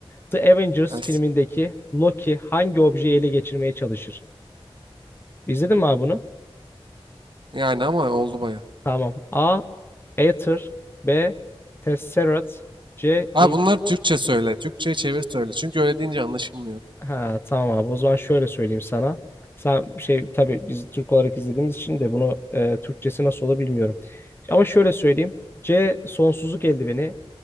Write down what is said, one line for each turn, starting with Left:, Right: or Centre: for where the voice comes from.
Left: The Avengers
Right: Gelsin.
Left: filmindeki Loki hangi objeyi ele geçirmeye çalışır? İzledin mi abi bunu?
Right: Yani ama oldu baya.
Left: Tamam. A. Aether B. Tesseract C.
Right: Abi
Left: İn-
Right: bunları Türkçe söyle. Türkçe'ye çevir söyle. Çünkü öyle deyince anlaşılmıyor.
Left: Ha, tamam abi o zaman şöyle söyleyeyim sana. Sen şey tabii biz Türk olarak izlediğimiz için de bunu e, Türkçesi nasıl olur bilmiyorum. Ama şöyle söyleyeyim. C. Sonsuzluk eldiveni